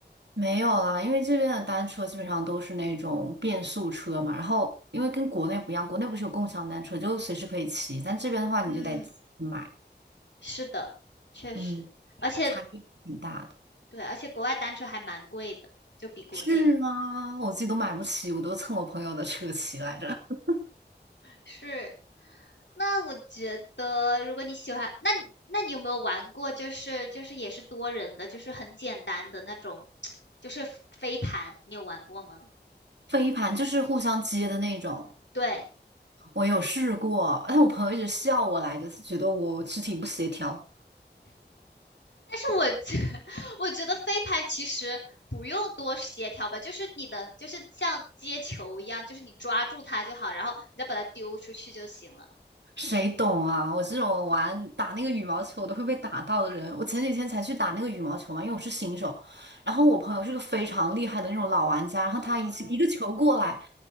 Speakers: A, on the right (about 70°); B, on the left (about 75°).
A: 没有啦，因为这边的单车基本上都是那种变速车嘛，然后因为跟国内不一样，国内不是有共享单车，就随时可以骑，但这边的话你就得自己买。
B: 嗯，是的，确实。
A: 嗯。
B: 而且
A: 差距挺大的。
B: 对，而且国外单车还蛮贵的，就比国内。
A: 是吗？我自己都买不起，我都蹭我朋友的车骑来着。<laughs>
B: 是，那我觉得，如果你喜欢，那你那你有没有玩过，就是就是也是多人的，就是很简单的那种，<tsk> 就是飞盘，你有玩过吗？
A: 飞盘就是互相接的那种，
B: 对，
A: 我有试过，但我朋友一直笑我来着，是觉得我肢体不协调。
B: 但是我觉 <laughs> 我觉得飞盘其实不用多协调吧，就是你能就是像接球一样，就是你抓住它就好，然后你再把它丢出去就行了。
A: 谁懂啊？我这种玩打那个羽毛球都会被打到的人，我前几天才去打那个羽毛球嘛，因为我是新手。然后我朋友是个非常厉害的那种老玩家，然后他一一个球过来，
B: 嗯，